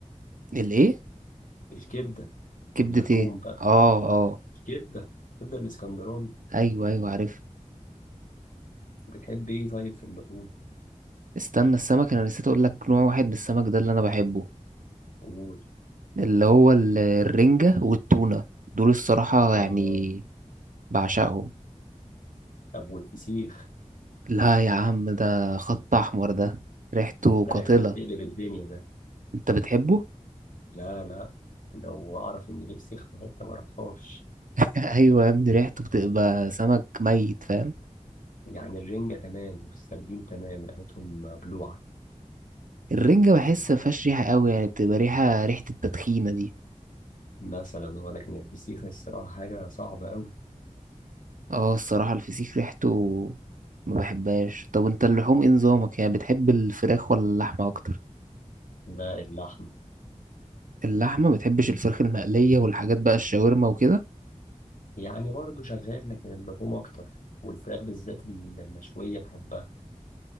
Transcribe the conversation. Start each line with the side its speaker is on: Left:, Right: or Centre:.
Right: الايه
Left: الكبده واللحوم
Right: كبدة ايه
Left: بقى
Right: اه اه
Left: الكبده الكبده الاسكندراني
Right: ايوه ايوه عارف
Left: بتحب ايه طيب في اللحوم
Right: استنى السمك انا نسيت اقول لك نوع واحد من السمك ده اللي انا بحبه
Left: قول
Right: اللي هو ال- الرنجة والتونة دول الصراحة
Left: اه
Right: يعني بعشقهم
Left: طب والفسيخ
Right: لا يا عم ده خط أحمر ده ريحته
Left: ده
Right: قاتلة
Left: ريحته بتقلب الدنيا ده
Right: أنت بتحبه؟
Left: لا لا لو اعرف ان في فسيخ في حته ما اروحهاش
Right: <laughs> أيوة يا ابني ريحته بتبقى سمك ميت فاهم
Left: يعني الرنجه تمام والسردين تمام ريحتهم مبلوعه
Right: الرنجة بحس مفيهاش ريحة قوي يعني بتبقى ريحة ريحة التدخينة دي
Left: مثلا هو لكن الفسيخ الصراحة حاجة صعبة أوي
Right: اه الصراحة الفسيخ ريحته ما بحبهاش طب انت اللحوم ايه نظامك يعني بتحب الفراخ ولا اللحمة أكتر؟
Left: ده اللحمة
Right: اللحمة ما بتحبش الفراخ المقلية والحاجات بقى الشاورما وكده
Left: يعني برضه شغال لكن اللحوم أكتر والفراخ بالذات المشوية بحبها